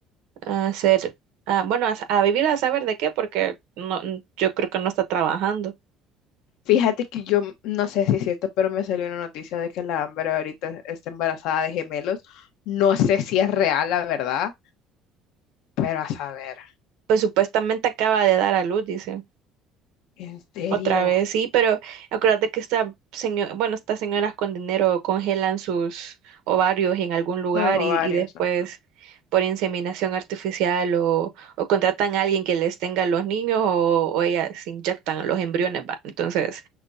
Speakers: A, on the right; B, on the left.
A: a hacer, a- bueno, a, a vivir a saber de qué, porque no, n- yo creo que no está trabajando.
B: Fíjate que yo m- no sé si es cierto, pero me salió una noticia de que la Amber ahorita está embarazada de gemelos. No sé si es real, la verdad, pero a saber.
A: Pues supuestamente acaba de dar a luz, dice.
B: ¿En serio?
A: Otra vez, sí, pero acuérdate que esta señora, bueno, estas señoras con dinero congelan sus ovarios en algún lugar
B: Bueno,
A: y,
B: varios.
A: y después
B: ¿no?
A: por inseminación artificial o, o contratan a alguien que les tenga los niños o, o ellas inyectan los embriones, va. Entonces,